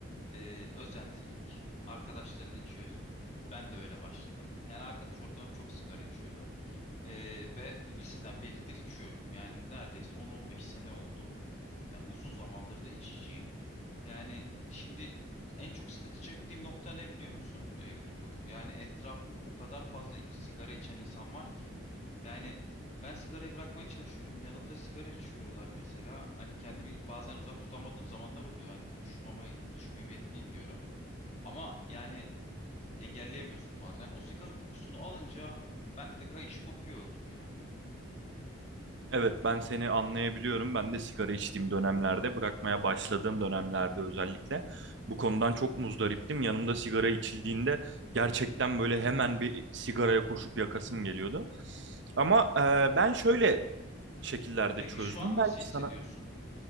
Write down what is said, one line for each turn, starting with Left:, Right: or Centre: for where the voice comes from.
Left: eee, özentilik. Arkadaşların içiyoruz. Ben de öyle başladım. Yani arkadaş ortamım çok sigara içiyordu. Eee, ve liseden beridir içiyorum. Yani neredeyse 10-15 sene oldu. Ya uzun zamandır da içiciyim. Yani şimdi en çok sıkıntı çektiğim nokta ne biliyor musun e, Utku? Yani etrafımda o kadar fazla iç- sigara içen insan var ki. Yani ben sigarayı bırakmaya çalışıyorum. Yanımda sigara içiyorlar mesela. Hani kendimi bazen uzak tutamadığım zamanlar oluyor. Hani buluşmamayı, buluşmayayım etmeyeyim diyorum. Ama yani engelleyemiyorsun bazen. O sigara kokusunu alınca bende de kayış kopuyor Utku ya.
Right: Evet ben seni anlayabiliyorum. Ben de sigara içtiğim dönemlerde, bırakmaya başladığım dönemlerde özellikle bu konudan çok muzdariptim. Yanımda sigara içildiğinde gerçekten böyle hemen bir sigaraya koşup yakasım geliyordu. Ama e, ben şöyle şekillerde
Left: Peki
Right: çözdüm.
Left: şu an
Right: Belki
Left: nasıl hissediyorsun?
Right: sana